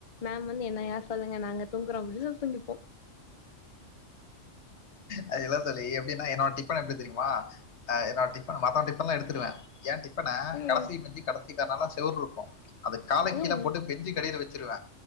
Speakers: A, on the left; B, on the left.
A: மேம் வந்து என்ன யார் சொல்லுங்க நாங்க தூங்குறோ அப் சொல்லி தூங்கிப்போ
B: அது இல்ல தோழி எப்டின்னா என்னோட டிஃபன் இருக்கு தெரிய்மா ஆ என்னோட டிஃப மத்தவ டிஃபன்லா எடுத்துடுவ ஏ டி ஃபன
A: ம்
B: கடசி பெஞ்சி கடசி கார்னர்ல செவுற் இருக்கு அது கால
A: ம்
B: கீழ போட்டு பெஞ்சுக்கடியில வச்சிருவ